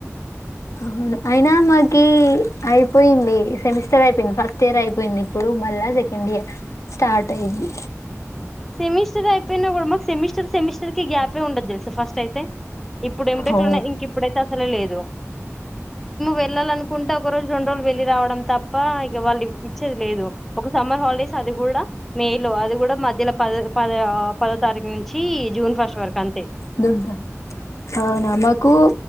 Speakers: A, on the left; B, in the centre.
A: అవును అయినా మాది హుమ్ అయిపోయింది సెమిస్టర్ అయిపోయింది ఫస్ట్ ఇయర్ అయిపోయింది ఇప్పుడు మళ్ళా సెకండ్ ఇయర్ స్టార్ట్ అయ్యింది
B: సెమిస్టర్ అయిపోయిన కూడా మాకు సెమిస్టర్ సెమిస్టకీ గ్యాపే ఉండదు తెలుసా ఫస్ట్ అయితే ఇప్పుడు ఎంటెక్
A: ఓ
B: లోనా ఇప్పుడయితే అసలే లేదు వెళ్ళలనుకుంటే ఒక రోజు రెండు రోజులు వెళ్లి రావడం తప్ప ఇక వాళ్ళు ఇచ్చేది లేదు ఒక సమ్మర్ హాలిడేస్ అది కూడా మే లో అది కూడా మధ్యలో పదా పదో తారీఖు నుంచి జూన్ ఫస్ట్ వరకు అంతే
A: దుంత అవునా మాకు